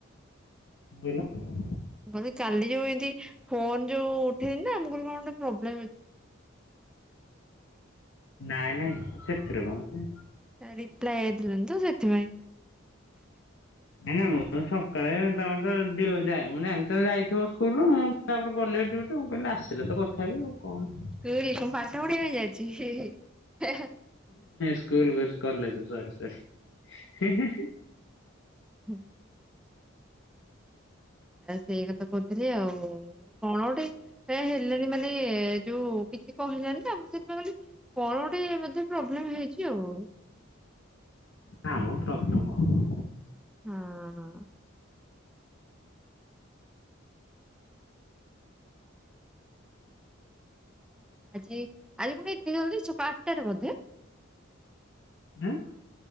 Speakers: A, on the left; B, in the centre.
A: <unintelligible>
B: କେ କାଲି ଯୋଉ ଏମିତି ଫୋନ ଯୋଉ ଉଠେଇି ନା ଆମ ଘର କଣ ଗୋଟେ ପ୍ରୋବ୍ଲେମ ଅଛି।
A: ନାଇଁ ନାଇଁ ସେଥିରେ କଣଛି।
B: ରିପ୍ଲାଏ ହେଇଲ ତ ସେଥିପାଇଁ
A: ନାଇଁ ନା ମୁଁ ସକାଳେ ତମେ ତ ଯା ମୁଁ ଜାଣି ଯାଇଥିବ ସ୍କୁଲରୁୁ ମୁଁ ତାପରେ ଗଲେ ଏ ଗୋଟେ କହିଲେ ଆସିଲେ ତ କଥା ହେବି ଆଉ କଣ
B: ଏ କଣ ପାଠ ପଢିଆ ହେଇଯାଇଛି।
A: ସ୍କୁଲ ଗ କଲେଜ ସରି ସରି।
B: ହଁ ଆ ସେଇ କଥା କହୁଥିଲି ଆଉ। କଣ ଗୋଟେ ଏ ହେଲେଣି ମାନେ ଯୋଉ କିଛି କହିଲାନି ନା ମୁଁ ସେଥିପାଇଁ କ କଣ ଟେ ବେ ପ୍ରୋବ୍ଲେମ ହେଇଛି ଆଉ।
A: ନା ମ ପ୍ରୋବ୍ଲେମ୍ କଣ।
B: ହଁ ହଁ। <inaudible> ଆଜି ଆଜି ପୁଣି ଏତିକି ଜ ଛପା ଆଠଟ ରେ ମଧ୍ୟ
A: <inaudible>